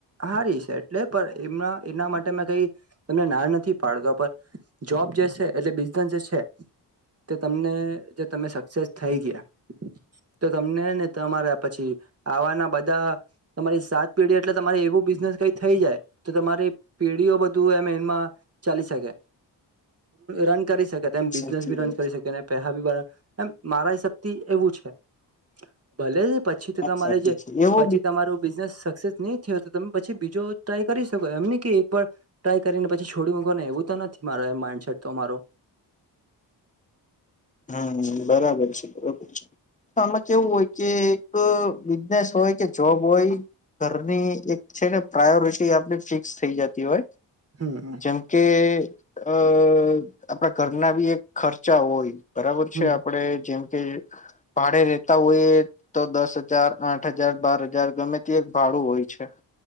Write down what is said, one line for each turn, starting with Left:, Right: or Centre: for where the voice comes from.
Right: હારી છે એટલે પણ એમના એના માટે ક તને ના નથી પાડતા પર જોબ જે એટલે બિઝનેસ જે તે તમને જે તમે સક્સેસ થઈ ગયા
Left: <inaudible>
Right: તો તમને ને તમારા પછી આવાના બધા તમારી સાત પેઢી એટલે તમારે એવું બિઝને કઈ થઈ જાય તો તમારી પેઢીઓ બધું એમ એમાં ચાલી શકે રન કરી શકે
Left: છે
Right: એ બિઝનેસ
Left: સાચી
Right: ભી
Left: વાત
Right: રન કરી
Left: છે
Right: શકે પેસા ભી એમ મારા હિસાબ એવું છે ભલે પછી તો
Left: વાત
Right: તમારે
Left: સાચી
Right: જે
Left: છે એવો
Right: પછી તમારું બિઝનેસ સક્સેસ નહી થયો તમે પછી બીજો ટ્રાય કરી શકો એમ કે એક વાર ટ્રાય કરીને પછી છોડી મકો ને એવું તો નથી મારેડ પે શર્ટ તો મારો
Left: હમ બરાબર છે બરોબર છે આમાં કેવું હોય કે એક બિઝનેસ હોય કે જોબ હોય ઘરની એક છે ને પ્રાયોરિટી આપડી ફિક્સ થઈ જતી હોય
Right: હમ
Left: જેમ કે અ આપણા ઘર ના બી એક ખર્ચા હોય બરાબર
Right: હમ
Left: છે આપડે જેમ કે ભાડે રેતા હોઈએ તો દસ હજાર આઠ હજાર બાર હજાર ગમે તે એક ભાડ ું હોય છે